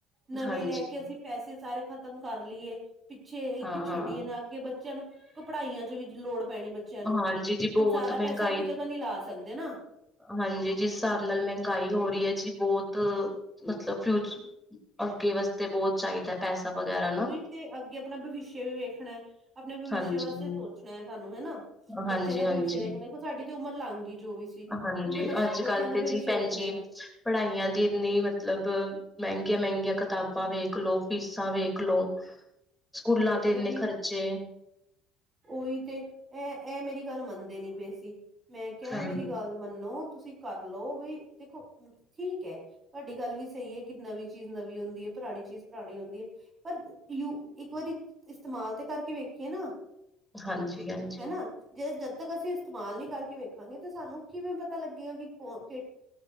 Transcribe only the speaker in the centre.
ਹਾਂਜੀ
ਹਾਂ
ਹਾਂ
ਹਾਂ
ਹਾਂਜੀ ਜੀ ਬਹੁਤ
ਮਹਿੰਗਾਈ
ਹਾਂਜੀ ਜਿਸ ਹਿਸਾਬ ਨਾਲ ਮਹਿੰਗਾਈ ਹੋ ਰਹੀ ਹੈ ਜੀ ਬਹੁਤ ਮਤਲਬ ਫਿਊ, ਅੱਗੇ ਵਾਸਤੇ ਬੋਤ ਚਾਹੀਦਾ ਪੈਸਾ ਵਗੈਰਾ ਨਾ
ਹਾਂਜੀ।
ਹਾਂਜੀ,
ਹਾਂਜੀ,
ਹਾਂਜੀ
ਅੱਜ
ਕੱਲ
ਤੇ
ਜੀ ਭੈਣ
ਜੀ
ਪੜ੍ਹਾਈਆਂ ਦੀ ਇੰਨੀ ਮਤਲਬ ਮਹਿੰਗੀ ਮਹਿੰਗੀਆਂ, ਮਹਿੰਗੀਆਂ ਕਿਤਾਬਾਂ ਵੇਖ ਲੋ, ਫੀਸਾਂ ਵੇਖ ਲੋ। ਸਕੂਲਾਂ ਤੇ
ਇੰਨੇ
ਖਰਚੇ
ਹਾਂਜੀ,
ਹਾਂਜੀ, ਹਾਂਜੀ।